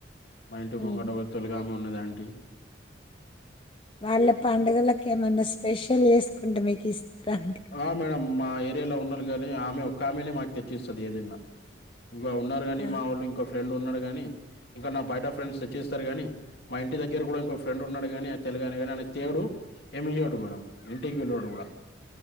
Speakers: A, on the left; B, on the left.
A: మా ఇంటి
B: హ్మ్
A: పొంగట ఒక తొలగామి ఉన్నదాంటి
B: వాళ్ళ పండుగలకు ఏమన్నా స్పెషల్ చేసుకుంటే మీకు ఇస్తరా అండి
A: ఆ మేడం మా ఏరియాలో ఉన్నారు కానీ ఆమె ఒక్క ఆమెనే మాకు తెచ్చిస్తది ఏదైనా ఇంకా ఉన్నారు కాని
B: ఆ
A: మా వాళ్ళు ఇం ఫ్రెండ్ ఉన్నాడుగాని ఇంక నా బయట ఫ్రెండ్స్ తెచ్చిస్తారు గానీ మా ఇంటి దగ్గర కూడ ఇంకో ఫ్రెండ్ ఉన్నాడు కాని అ ని ని అనే తేడు ఏమయ్యాడు మేడం ఇంటికి పిల్వడు కూడ